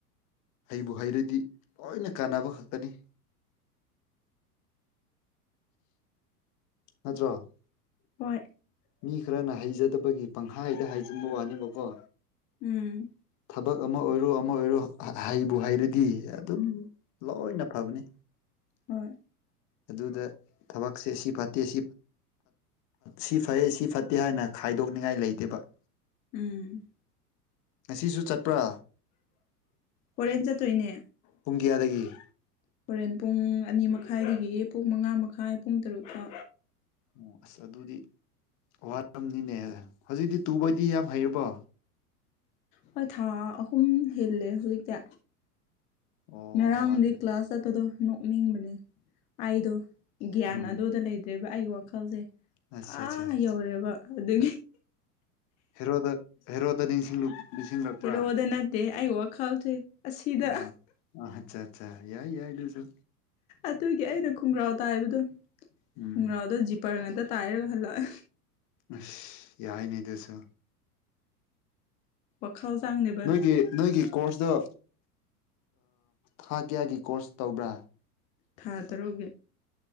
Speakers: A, on the left; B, on the left.
A: ꯍꯩꯕꯨ ꯍꯩꯔꯗꯤ ꯂꯣꯏꯅ ꯀꯥꯟꯅꯕ ꯈꯛꯇꯅꯤ ꯅꯠꯇ꯭ꯔꯣ
B: ꯍꯣꯏ
A: ꯃꯤ ꯈꯔꯅ ꯍꯩꯖꯗꯕꯒꯤ ꯄꯪꯍꯥꯏꯗ ꯍꯥꯏꯖꯤꯟꯕ ꯋꯥꯅꯦꯕꯀꯣ
B: ꯎꯝ
A: ꯊꯕꯛ ꯑꯃ ꯑꯣꯏꯔꯣ ꯑꯃ ꯑꯣꯏꯔꯣ ꯍꯩꯕꯨ ꯍꯥꯏꯔꯗꯤ ꯑꯗꯨꯝ ꯂꯣꯏꯅ ꯐꯕꯅꯤ
B: ꯍꯣꯏ
A: ꯑꯗꯨꯗ ꯊꯕꯛꯁꯦ ꯁꯤ ꯐꯠꯇꯦ ꯁꯤ ꯐꯩꯌꯦ ꯁꯤ ꯐꯠꯇꯦ ꯍꯥꯏꯅ ꯈꯥꯏꯗꯣꯛꯅꯤꯡꯉꯥꯏ ꯂꯩꯇꯦꯕ
B: ꯎꯝ
A: ꯉꯁꯤꯁꯨ ꯆꯠꯄ꯭ꯔꯥ
B: ꯍꯣꯔꯦꯟ ꯆꯠꯇꯣꯏꯅꯦ
A: ꯄꯨꯡ ꯀꯌꯥꯗꯒꯤ
B: ꯍꯣꯔꯦꯟ ꯄꯨꯡ ꯑꯅꯤ ꯃꯈꯥꯏꯗꯒꯤ ꯄꯨꯡ ꯃꯉꯥ ꯃꯈꯥꯏ ꯄꯨꯡ ꯇꯔꯨꯛꯀ
A: ꯑꯣ ꯑꯁ ꯑꯗꯨꯗꯤ ꯋꯥꯔꯝꯅꯤꯅꯦ ꯍꯧꯖꯤꯛꯇꯤ ꯇꯨꯕꯗꯤ ꯌꯥꯝ ꯍꯩꯔꯕꯣ
B: ꯍꯣꯏ ꯊꯥ ꯑꯍꯨꯝ ꯍꯦꯜꯂꯦ ꯍꯧꯖꯤꯛꯇꯤ
A: ꯑꯣ
B: ꯉꯔꯥꯡꯗꯤ ꯀ꯭ꯂꯥꯁ ꯆꯠꯄꯗꯣ ꯅꯣꯛꯅꯤꯡꯕꯅꯦ ꯑꯩꯗꯣ ꯒ꯭ꯌꯥꯟ
A: ꯎꯝ
B: ꯑꯗꯨꯗ ꯂꯩꯇ꯭ꯔꯦꯕ ꯑꯩꯒꯤ ꯋꯥꯈꯜꯁꯦ
A: ꯑꯠꯆꯥ
B: ꯑꯥ
A: ꯑꯠꯆꯥ
B: ꯌꯧꯔꯦꯕ ꯑꯗꯨ ꯑꯗꯨ
A: ꯍꯦꯔꯣꯗ ꯍꯦꯔꯣꯗ ꯅꯤꯡꯁꯤꯡ ꯅꯤꯡꯁꯤꯡꯂꯛꯄ꯭ꯔꯥ
B: ꯍꯦꯔꯣꯗ ꯅꯠꯇꯦ ꯑꯩ ꯋꯥꯈꯜꯁꯦ ꯑꯁꯤꯗ
A: ꯑꯥ ꯑ ꯑꯆꯥ ꯑꯠꯆꯥ ꯌꯥꯏ ꯌꯥꯏ ꯁꯨ
B: ꯑꯗꯨꯒꯤ ꯑꯩꯅ ꯈꯣꯡꯒ꯭ꯔꯥꯎ ꯇꯥꯏꯕꯗꯣ
A: ꯎꯝ
B: ꯈꯣꯡꯒ꯭ꯔꯥꯎꯗꯖꯤ ꯄꯔ ꯉꯇ ꯇꯥꯏꯔꯒ ꯍꯜꯂꯛꯑ
A: ꯑꯁ ꯌꯥꯏꯅꯦ ꯑꯗꯨꯁꯨ
B: ꯋꯥꯈꯥꯎꯖꯪꯕ
A: ꯅꯣꯏꯒꯤ ꯅꯣꯏꯒꯤ ꯀꯣꯔꯁꯇꯣ ꯊꯥ ꯀꯌꯥꯒꯤ ꯀꯣꯔꯁ ꯇꯧꯕ꯭ꯔꯥ
B: ꯊꯥ ꯇꯔꯨꯛꯒꯤ